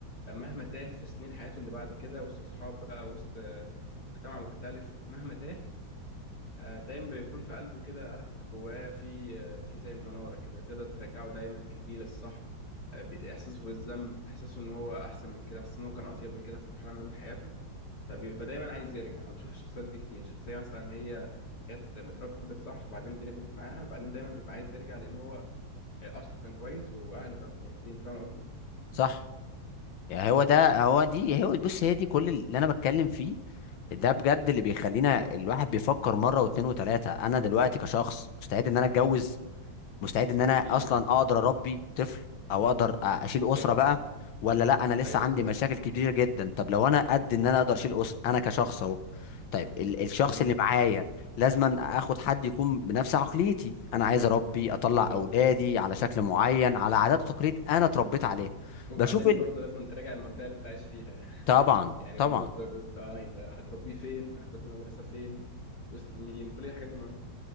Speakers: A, on the left (about 55°); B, on the left (about 75°).
A: آه، مهما تاه في سنين حياته اللي بعد كده وسط اصحاب بقى وسط آه، مجتمع مختلف مهما تاه آه، دايما بيكون في قلبه كده عارف جواه في آه، في زي مناره كده تقدر ترجعه دايما تهديه للصح آه، بي- احساسه بالذنب احساسه ان هو احسن من كده احساسه ان هو كان اطيب من كده في مرحله ما من حياته فبيبقى دايما عايز يرجع انا بشوف الشخصيات دي كتير شخصيه مثلا هي جت متربت صح بعدين الدنيا باظت معاها بعدين دايما بيبقى عايز يرجع لان هو اصله كان كويس واهله كانوا كويسين فاهم قصدي
B: صح يعني هو ده هو دي هو بص هي دي كل اللي أنا بتكلم فيه ده بجد اللي بيخلينا الواحد بيفكر مرة واتنين وتلاتة أنا دلوقتي كشخص مستعد إن أنا أتجوز مستعد ان انا
A: امم
B: اصلا اقدر اربي طفل او اقدر أ- اشيل
A: بالظبط
B: اسره بقى ولا لا انا لسه
A: ايوه
B: عندي
A: بالظبط
B: مشاكل كبيره جدا طب لو انا قد ان انا اقدر اشيل اسره انا كشخص اهو طيب ال- الشخص
A: امم
B: اللي معايا لازما اخد حد يكون بنفس عقليتي انا عايز اربي اطلع
A: بالظبط
B: اولادي
A: ايوه
B: على شكل معين على عادات وتقاليد انا اتربيت عليها
A: وبعدين
B: بشوف ال...
A: برضه لازم تراجع المنطقه اللي انت عايش فيها يعني
B: طبعا
A: <laughs> يعني
B: طبعا
A: برضه ده جزء اه يعني انت هتربيه فين هتوديه مدرسه فين وسط مين كل الحاجات دي مهمه